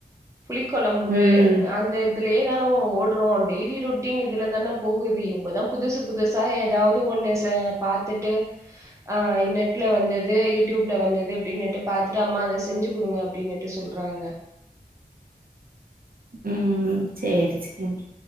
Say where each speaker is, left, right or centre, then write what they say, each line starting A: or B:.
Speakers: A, on the right; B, on the right.
A: புளிக்கொழம்பு
B: ம்
A: அந்த இது இதுலயேதான் நம்ம ஓடுறோ டெய்லி ரொட்டீன் இதுல தான போகுது இவுங்க தா புதுசு புதுசு சா ஏதாவது ஒண்ணு ச பாத்துட்டு ஆ நெட்ல வந்தது யூடியூப்ல வந்தது அப்டின்னுட்டு பாத்துட்டு அம்மா அத செஞ்சு குடுங்க அப்டின்னுட்டு சொல்றாங்க
B: உம் சேரி சேரி